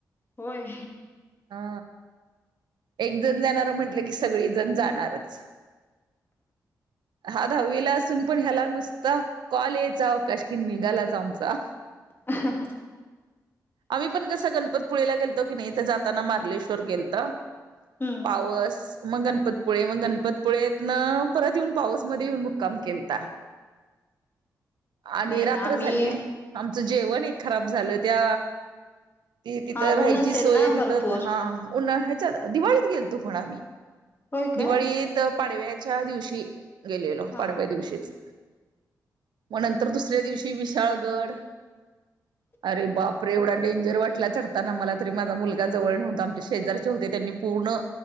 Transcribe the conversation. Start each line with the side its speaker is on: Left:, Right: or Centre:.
Left: होय
Right: हा एकजण जाणार म्हंटलं की सगळीजण जाणारच हा दहावीला असून पण ह्याला नुसता कॉल यायचा अवकाश किन निघालायचा आमचा
Left: ह ह
Right: आम्ही पण कसं गणपतपुळीला गेलतो की नाही तर जाताना मार्लेश्वर गेल तर
Left: हम्म
Right: पावस मग गणपतपुळे मग गणपतपुळेतनं परत येऊन पाऊसमध्ये येऊन मुक्काम केलता. आणि
Left: नाही
Right: रात्र
Left: आम्ही
Right: झाली आमचं जेवण एक खराब झाल त्या ती तिथं
Left: हा
Right: राहायची
Left: ऊन असेल
Right: सोय
Left: ना
Right: तिथं
Left: भरपूर
Right: हा ह्याच्यात दिवाळीत गेलतो पण आम्ही
Left: होय काय
Right: दिवाळीत पाडव्याच्या दिवशी गेलेलो
Left: हा.
Right: पाडव्या दिवशीच मग नंतर दुसऱ्या दिवशी विशाळगड
Left: ह
Right: अरे बापरे एवढा डेंजर वाटला चढताना मला तरी माझा मुलगा जवळ नव्हता आमच्या शेजारच्याचे होते त्यांनी पूर्ण